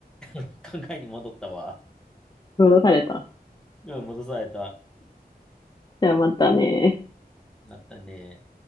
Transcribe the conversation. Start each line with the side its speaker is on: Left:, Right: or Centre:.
Centre: 考えに戻ったわ。
Left: 労働された。
Centre: うん、戻された。
Left: じゃあまたね。
Centre: なったね。